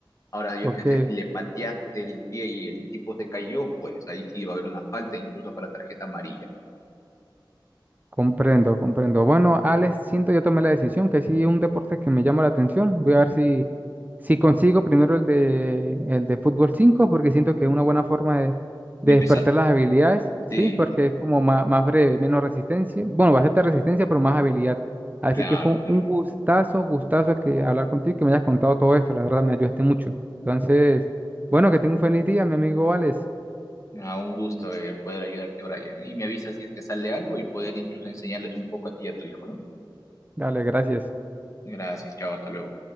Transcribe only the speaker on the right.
Ok.
Comprendo, comprendo. Bueno, Alex, siento ya tomé la decisión, que sí es un deporte que me llama la atención. Voy a ver si, si consigo primero el de, el de fútbol 5 porque siento que es una buena forma de,
de
despertar las habilidades,
¿sí? Porque
es como ma- más, breve, menos resistencia. Bueno, bastante resistencia, pero más habilidad. Así
que fue un
un gustazo, gustazo que hablar contigo, que me hayas contado todo esto. La verdad, me ayudaste mucho. Entonces, bueno, que tenga un feliz día, mi amigo Alex.
Dale, gracias.